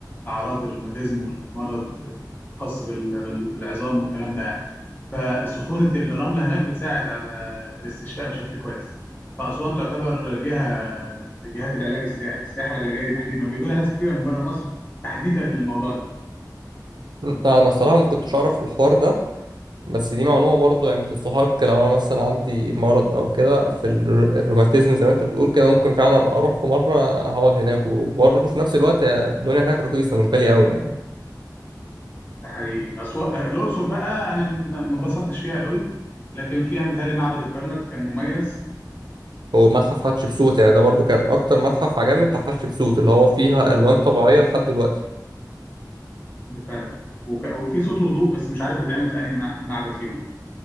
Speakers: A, on the left; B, on the right.
A: أعراض الروماتيزم والمرض الخاص بال- بال- بالعظام والكلام ده يعني فسخونة الرملة هناك بتساعد على الاستشفاء بشكل كويس فأسوان تعتبر جهة لجهات العلاج السياحي السياحة العلاجية دي تحديدا وبيجوا لها ناس كتيرة من بره مصر تحديدا للموضوع ده
B: لا انا الصراحه ما كنتش اعرف الحوار ده بس دي معلومة برضو يعني تستحق لو أنا مثلا عندي مرض أو كده في الر- الروماتيزم زي ما أنت بتقول كده ممكن فعلا أبقى أروح في مرة هقعد هناك وبرضه في نفس الوقت الدنيا هناك رخيصة مش غالية أوي يعني
A: ده حقيقي أسوأ آه، الأقصر بقى أنا م- ما اتبسطتش فيها قوي لكن فيها متهيألي معبد الكرنك كان مميز
B: هو متحف حتشبسوت يعني ده برضو كان أكتر متحف عجبني بتاع حتشبسوت اللي هو فيها ألوان طبيعية لحد دلوقتي
A: ده فعلا وك... وفي صوت وضوء بس مش عارف بيتعمل في أنهي مع... معبد فيهم